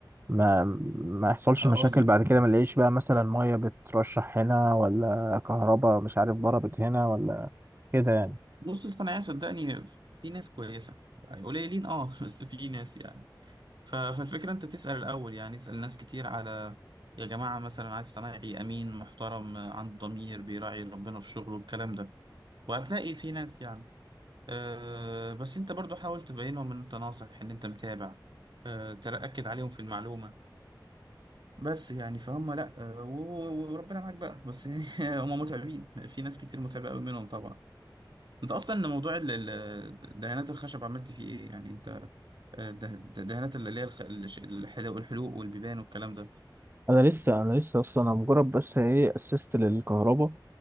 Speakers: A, on the right; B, on the right.
A: ما ما يحصلش
B: اقول
A: مشاكل
B: لك
A: بعد كده ما نلاقيش بقى مثلا ميه بترشح هنا ولا كهرباء مش عارف ضربت هنا ولا كده يعني
B: بص الصناعيه صدقني في ناس كويسه قليلين اه <laughs> بس في ناس يعني ف- فالفكرة انت تسأل الأول يعني اسأل ناس كتير على يا جماعة مثلا عايز صنايعي أمين محترم آه، عنده ضمير بيراعي ربنا في شغله الكلام ده وهتلاقي في ناس يعني أه بس انت برضو حاول تبينهم ان انت ناصح ان انت متابع أه تأكد عليهم في المعلومة بس يعني فهم لا أه و- وربنا معاك بقى بس <laughs> هم متعبين في ناس كتير متعبة قوي منهم طبعا انت اصلا موضوع ال- ال- دهانات الخشب عملت فيه ايه يعني انت آه، ده ده- دهانات اللي هي الخ- الش- الحلو والحلوق والبيبان والكلام ده
A: انا لسه انا لسه اصلا انا مجرد بس ايه اسست للكهرباء